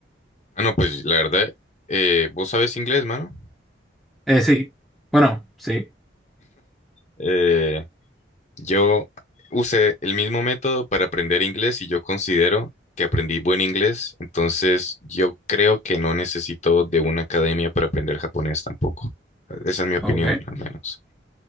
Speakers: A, on the left (about 35°); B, in the centre.
A: Mano, pues la verdad, eh, vos sabes inglés, mano.
B: Eh, sí, bueno, sí,
A: Eh, yo usé el mismo método para aprender inglés y yo considero que aprendí buen inglés, entonces yo creo que no necesito de una academia para aprender japonés tampoco. Esa es mi opinión,
B: ok.
A: al menos.